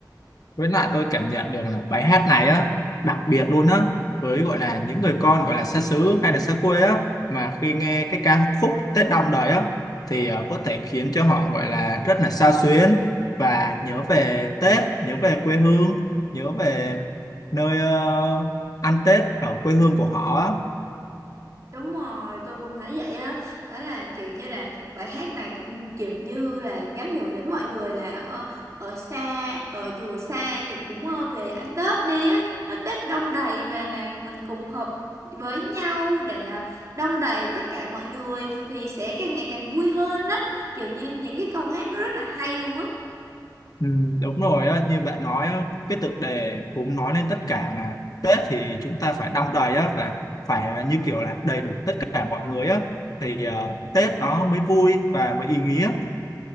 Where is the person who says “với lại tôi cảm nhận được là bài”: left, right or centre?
Left